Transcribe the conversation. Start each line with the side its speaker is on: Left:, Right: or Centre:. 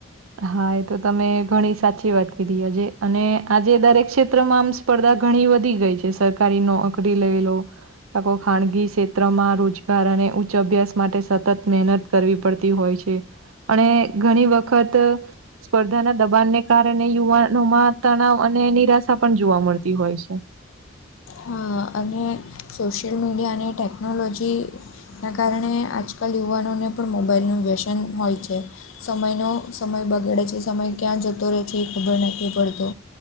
Right: હા એ તો તમે ઘણી સાચી વાત કીધી આજે અને આજે દરેક ક્ષેત્રમાં આમ સ્ પર્ધા ઘણી વધી ગઈ છે. સરકારી નોકરી લઈ લો. આ કોક ખાનગી ક્ષે ત્ર માં રોજગાર અને ઉચ્ચ અભ્યાસ માટે સતત મહેનત કરવી પડતી હોય છે. અને ઘણી વખત સ્પર્ધાના દબાણને કારણે યુવાનોમાં તણાવ અને નિરાશા પણ જોવા મળતી હોય છે.
Left: હા અને સોશિયલ મીડિયા અને ટેકનોલોજી ના કારણે આજકાલ યુવાનોને પણ મોબાઈલનું વ્યસન હોય છે. સમયનો સમય બગડે છે. સમય ક્યાં જતો રહે છે એ ખબર નથી પડતો